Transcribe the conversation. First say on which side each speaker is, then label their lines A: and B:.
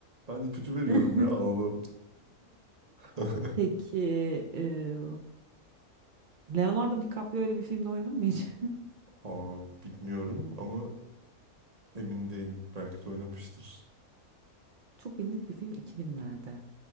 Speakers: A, on the right; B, on the right.
A: Ben ipucu veriyorum
B: <laughs>
A: ya Allah'ım. <laughs>
B: Peki eee, Leonardo DiCaprio öyle bir filmde oynadın mı hiç?
A: Aa, bilmiyorum ama emin değilim. Belki de oynamıştır.
B: <laughs> Çok bilindik bir film 2000'lerde.